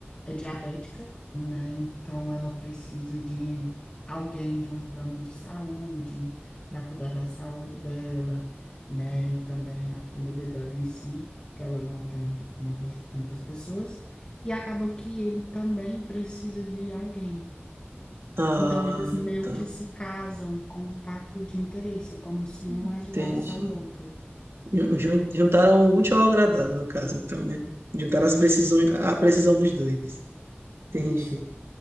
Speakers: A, on the left; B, on the right.
A: é diabética, né? Então ela precisa de alguém de um plano de saúde para cuidar da saúde dela, né? E também a família dela em si, que ela não tem muitas, muitas pessoas. E acaba que ele também precisa de alguém.
B: Ah,
A: Então eles meio
B: tá.
A: que se casam com um pacto de interesse, é como se um
B: Entendi.
A: ajudasse ao outro.
B: Ju- jun- Juntaram o útil ao agradável, no caso, então, né? Juntaram as
A: Isso,
B: precisões, a precisão dos dois. Entendi.
A: isso.